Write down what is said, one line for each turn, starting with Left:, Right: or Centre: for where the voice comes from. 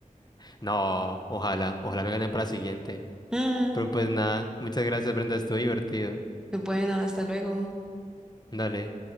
Left: No, ojalá, ojalá me gane para la siguiente.
Centre: Mm,
Left: Pero pues nada, muchas gracias, Brenda, estuvo divertido.
Centre: bueno, hasta luego.
Left: Dale.